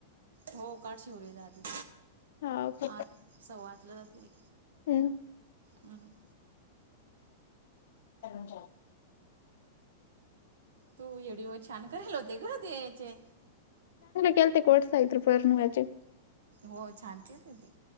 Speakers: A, on the right (about 85°); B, on the left (about 60°).
A: हो उ जाते
B: हाव का
A: आठ सव्वा आटलं जात र
B: हम्म
A: हम्म
B: <unintelligible>
A: तू येडीिओ छान करायला होते ग ते याचे
B: केल्ते कोडतायत फरन वाजे
A: हो छानतेते ती